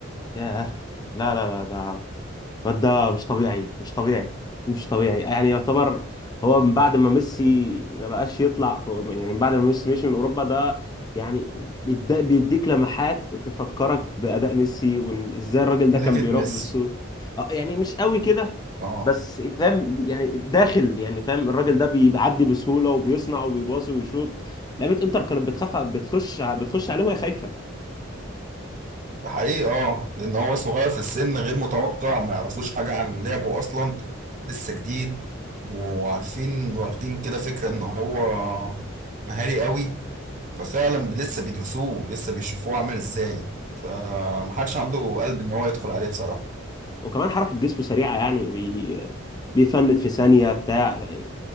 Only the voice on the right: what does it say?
خليفة
ميسي
اه
ده حقيقي اه لأن هو صغير في السن غير متوقع ما يعرفوش حاجة عن لعبه أصلا لسه جديد وعارفين واخدين كده فكرة إن هو مهاري قوي ففعلا لسه بيدرسوه لسه بيشوفوه عامل ازاي فمحدش عنده قلب ان هو يدخل عليه بصراحة